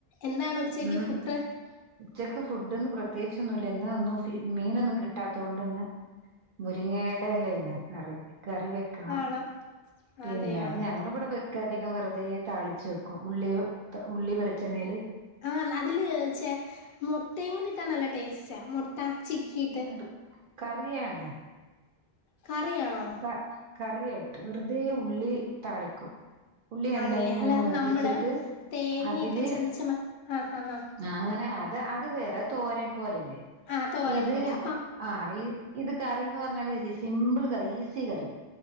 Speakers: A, on the left; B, on the right.
A: എന്താണ് ഉച്ചക്ക്
B: ഉം
A: ഫുഡ്
B: ഉച്ചക്ക് ഫുഡ്ന്ന് പ്രത്യേകി ഒന്ന ഇ ഒന്നും മീനൊന്നും കിട്ടാത്തത് കൊണ്ട്ന്ന് മുരിങ്ങയുടെ അല്ല ല്ലേ കറി കറി വെക്കണം
A: ആണോ
B: പിന്നെ
A: അതെയോ
B: അത് ഞങ്ങിവിടെ
A: ആഹ്
B: വെ അധികം വെറുതെ താളിച്ചു വെക്കും ഉള്ളി ഉള്ളി വെളിച്ചെണ്ണയിൽ
A: ആഹ അതില്ച്ചേ മുട്ടയുംകൂടി ഇട്ടാൻ നല്ല ടേസ്റ്റാ മുട്ട ചിക്കിട്ട്
B: അത് കറിയാണ്.
A: കറിയാണോ?
B: ക കറിയായിട്ട് വെറുതെ ഉള്ളി താളിക്കും ഉള്ളി എണ്ണൽ
A: ആണല്ലേ
B: ഇങ്ങനെ
A: അല്ലാതെ
B: മൂപ്പിച്ചിട്ട്
A: നമ്മള് തേങ്ങയൊക്കെ
B: അതില്
A: ചതച്ച് മ ആഹ് ആഹ് ആഹ്
B: അങ്ങനെ - അത് വേറെ തോരൻ പോലല്ലേ
A: ആഹ് തോരൻ
B: ഇത്
A: പോലെ അപ്പൊ
B: ആ ഇത് -- കറി എന്ന് പറഞ്ഞാല് സിമ്പിൾ കറി ഈസി കറി